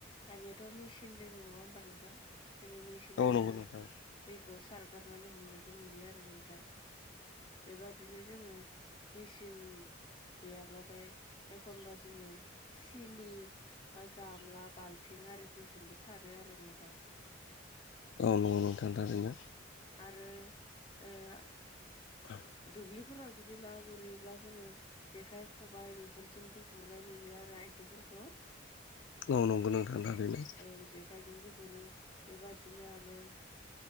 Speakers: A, on the left; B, on the left.
A: दानियाथ' मेचन दोङ नङा होमबा नोंथां जोङो मेचनफोरजों
B: औ नंगौ नोंथां
A: दैखौ सारगारनानै हमनायखौ नुयो आरो नोंथां। बेबादिनो जोङो मेचिन गैयाब्लाथाय एखनब्ला जोङो सिलि बा गामला बाल्थिं आरिफोरजोंबो सारो आरो नोंथां।
B: औ नंगौ नोंथांथा थारैनो
A: आरो ओ
B: <inaudible>
A: दुब्लिफोराव जुदि ना गुरयोब्ला जोङो जेखाइ खबाइ बेफोरजोंबो गुरनाय नुयो आरो आइजोफोरखौ
B: औ नंगौ नोंथां थारैनो
A: औ जेखायजोंबो गुरो बेबादिनो आरो